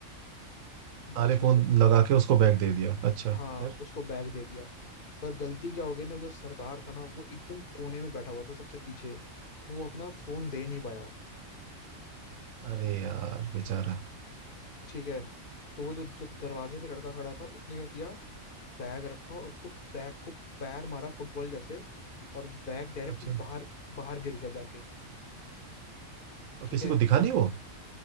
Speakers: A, on the right; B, on the left.
A: अरे
B: जिसमें
A: फोन
B: स...
A: लगा के उसको बैग दे दिया अच्छा
B: हाँ
A: फिर
B: उसको बैग दे दिया पर गलती क्या हो गई ना जो सरदार था ना वो एकदम कोने में बैठा हुआ था सबसे पीछे तो वो अपना फोन दे नहीं पाया
A: अरे यार बेचारा
B: ठीक है तो वो जो जो दरवाजे पे लड़का खड़ा था उसने क्या किया बैग रखा और उसको बैग को पैर मारा फुटबॉल जैसे और बैग डायरेक्ट
A: अच्छा
B: बाहर बाहर गिर गया जाके
A: और
B: ठीक
A: किसी
B: है
A: को दिखा नहीं वो